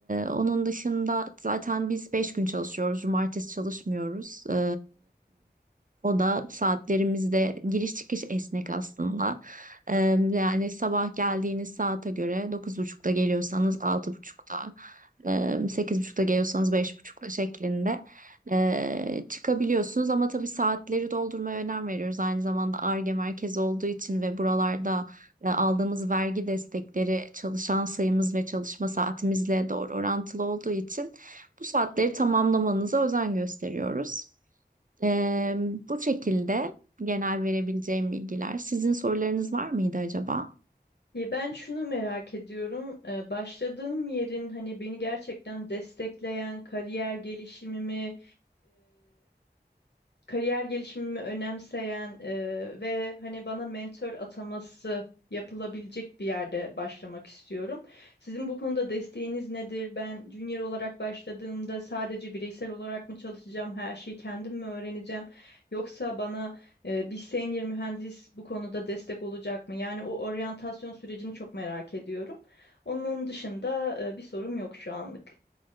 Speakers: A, on the right (about 50°); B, on the left (about 75°).
A: onun dışında zaten biz 5 gün çalışıyoruz. Cumartesi çalışmıyoruz. Ee, o da saatlerimizde giriş çıkış esnek aslında. Ee, yani sabah geldiğiniz saate göre dokuz buçukta geliyorsanız altı buçukta, e, sekiz buçukta geliyorsanız 5.30'da şeklinde e, çıkabiliyorsunuz. Ama tabii saatleri doldurmaya önem veriyoruz. Aynı zamanda Ar-Ge merkezi olduğu için ve buralarda e, aldığımız vergi destekleri çalışan sayımız ve çalışma saatimizle doğru orantılı olduğu için bu saatleri tamamlamanıza özen gösteriyoruz. E, bu şekilde genel verebileceğim bilgiler. Sizin sorularınız var mıydı acaba?
B: Ya ben şunu merak ediyorum. e, başladığım yerin hani beni gerçekten destekleyen kariyer gelişimimi kariyer gelişimimi önemseyen e, ve hani bana mentor ataması yapılabilecek bir yerde başlamak istiyorum. Sizin bu konuda desteğiniz nedir? Ben junior olarak başladığımda sadece bireysel olarak mı çalışacağım, her şeyi kendim mi öğreneceğim? Yoksa bana e, bir senior mühendis bu konuda destek olacak mı? Yani o oryantasyon sürecini çok merak ediyorum. Onun dışında e, bir sorum yok şu anlık.